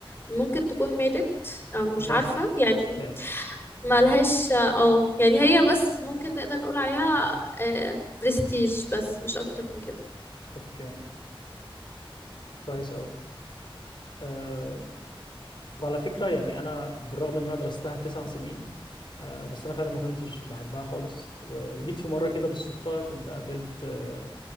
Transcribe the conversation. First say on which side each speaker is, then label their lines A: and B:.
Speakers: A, on the left; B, on the left.
A: ممكن تكون ماتت أو مش
B: ماتت
A: عارفة يعني
B: اوكي
A: ملهاش اه يعني هي بس ممكن نقدر نقول عليها
B: مم.
A: آه برستيج بس مش اكتر من كده
B: اوكي كويس قوي أه وعلى فكره يعني انا بالرغم ان انا درستها تسع سنين أه بس انا فعلا ما كنتش بحبها خالص و- وجيت في مره كده بالصدفه كنت قابلت أه